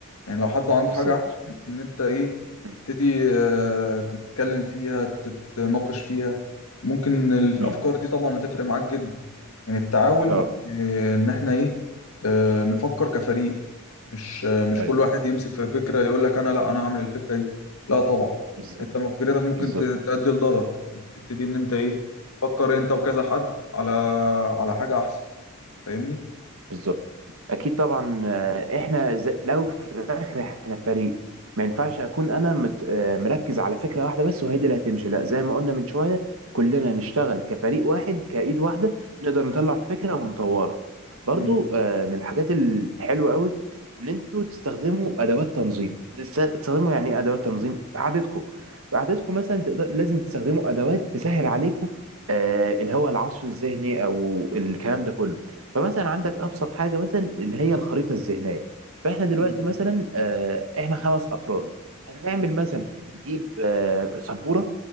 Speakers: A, on the left (about 85°); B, on the right (about 75°).
A: يعني لو حد عنده
B: بالظبط
A: حاجة أحسن إن أنت إيه
B: امم
A: تبتدي آه، تتكلم فيها تتناقش فيها ممكن الأفكار
B: امم
A: دي طبعا هتفرق معاك جدا يعني التعاون
B: اه
A: آه، إن إحنا إيه آه، نفكر كفريق مش آه، مش
B: ايوه
A: كل واحد يمسك في فكرة يقول لك أنا لا أنا هعمل الفكرة دي لا طبعا
B: بالظبط
A: أنت من فكرتك ممكن
B: بالظبط
A: ت- تؤدي لضرر أنت تبتدي إن أنت إيه تفكر أنت وكذا حد على على حاجة أحسن فاهمني؟
B: بالظبط اكيد طبعا آه، احنا زي في الاول وفي الاخر احنا فريق ما ينفعش اكون انا مت- آه، مركز على فكره واحده بس وهي دي اللي هتمشي لا زي ما قلنا من شويه كلنا نشتغل كفريق واحد كايد واحده نقدر نطلع فكره ونطورها برضو
A: مم.
B: آه، من الحاجات الحلوه قوي ان انتوا تستخدموا ادوات تنظيم تست- تستخدموا يعني ايه ادوات تنظيم في قعدتكم في قعدتكم مثلا تقدر لازم تستخدموا ادوات تسهل عليكم آه، اللي هو العصف الذهني او الكلام ده كله فمثلا عندك ابسط حاجه مثلا اللي هي الخريطه الذهنيه فاحنا دلوقتي
A: مم.
B: مثلا آه، احنا خمس افراد هنعمل مثلا هنجيب آه، سبوره